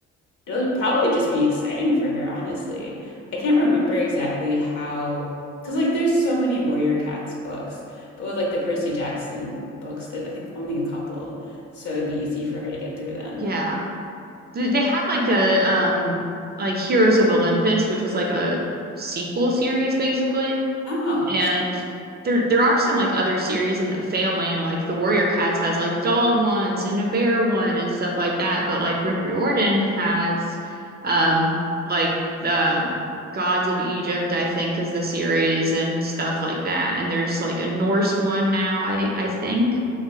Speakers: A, on the left (about 65°); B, on the right (about 35°).
A: It'll probably just be exciting for her, honestly. I can't remember exactly how, because like there's so many Warrior Cats books, but with like the Percy Jackson books, there's I think only a couple, so it'd be easy for her to get through them.
B: Yeah. They they have like a um like Heroes of Olympus, which is like a sequel series basically.
A: Oh,
B: And
A: so-
B: there there are some like other series in the family and like the Warrior Cats has like dog ones and a bear one and stuff like that. But like Rick Riordan has um like the um, Gods of Egypt, I think, is the series and stuff like that. And there's like a Norse one now, I I think.